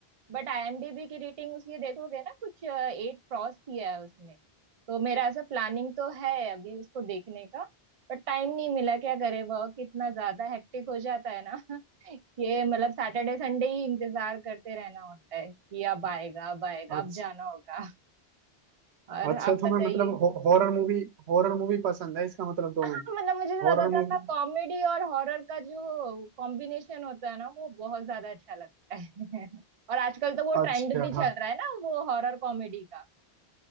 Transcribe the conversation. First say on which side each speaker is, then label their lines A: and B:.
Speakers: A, on the right (about 45°); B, on the right (about 85°).
A: बट आईएमडीबी की रेटिंग उसकी देखोगे ना कुछ एट क्रॉस किया है उसने तो मेरा ऐसा प्लानिंग तो है अभी उसको देखने का बट टाइम नहीं मिला क्या करे वर्क इतना ज्यादा हेक्टिक हो जाता है ना <laughs> कि मतलब सैटरडे संडे ही इंतजार करते रहना होता है कि अब आएगा अब आएगा
B: अच्छा
A: अब जाना होगा और
B: अच्छा
A: आप
B: तो
A: बताइए
B: मैं मतलब हो, हॉरर मूवी हॉरर मूवी पसंद है इसका मतलब
A: <laughs>
B: तुम्हें
A: हाँ, मतलब मुझे ज्यादातर
B: हॉरर मूवी
A: ना कॉमेडी और हॉरर का जो कॉम्बिनेशन होता है ना वो बहुत ज्यादा अच्छा लगता है <laughs> और आजकल तो वो
B: अच्छा
A: ट्रेंड भी चल रहा है ना वो हॉरर कॉमेडी का